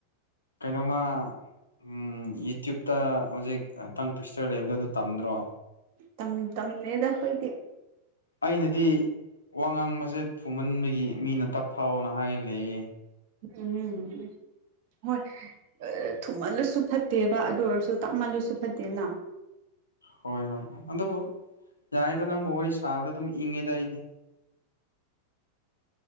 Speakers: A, on the left; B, on the right.
A: ꯀꯩꯅꯣꯝꯃ ꯎꯝ ꯌꯨꯇ꯭ꯌꯨꯕꯇ ꯍꯧꯖꯤꯛ ꯇꯪ ꯇ꯭ꯋꯤꯁꯇꯔ ꯂꯩꯕꯗꯣ ꯑꯗꯨ ꯇꯝꯗ꯭ꯔꯣ
B: ꯇꯝ ꯇꯝꯗꯦꯗ ꯑꯩꯈꯣꯏꯗꯤ
A: ꯑꯩꯅꯗꯤ ꯋꯥ ꯉꯥꯡꯕꯖꯦ ꯊꯨꯃꯟꯕꯒꯤ ꯃꯤꯅ ꯇꯞꯊꯧꯅ ꯍꯥꯏꯔ ꯂꯩꯌꯦ
B: ꯎꯝ ꯍꯣꯏ ꯑꯥ ꯊꯨꯝꯃꯜꯂꯁꯨ ꯐꯠꯇꯦꯕ ꯑꯗꯨ ꯑꯣꯏꯔꯁꯨ ꯇꯞꯃꯜꯂꯁꯨ ꯐꯠꯇꯦꯅ
A: ꯍꯣꯏ ꯍꯣꯏ ꯑꯗꯨꯕꯨ ꯌꯥꯔꯤꯗ ꯅꯪꯕꯨ ꯋꯥꯔꯤ ꯁꯥꯕꯗ ꯑꯗꯨꯝ ꯏꯪꯉꯦꯗ ꯑꯩꯗꯤ